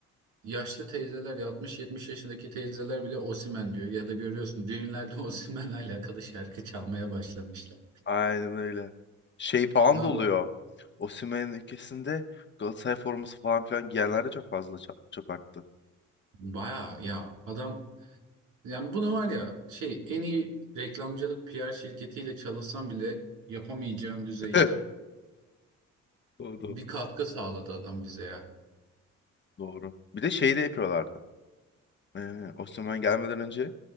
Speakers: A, on the right; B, on the left.
A: yaşlı teyzeler 60-70 yaşındaki teyzeler bile Osimhen diyor ya da görüyorsun düğünlerde <laughs> Osimhen'le alakalı şarkı çalmaya başlamışlar.
B: Aynen öyle. Şey falan
A: Ya
B: da
A: adam
B: oluyor. Osimhen'in ülkesinde Galatasaray forması falan filan giyenler de çok fazla ça- çok arttı.
A: baya ya adam yani bunu var ya şey en iyi reklamcılık PR şirketiyle çalışsam bile yapamayacağın düzeyde
B: <laughs> O Doğru.
A: bir katkı sağladı adam bize ya.
B: Doğru. Bir de şey de yapıyorlardı. Ee, Osimhen gelmeden önce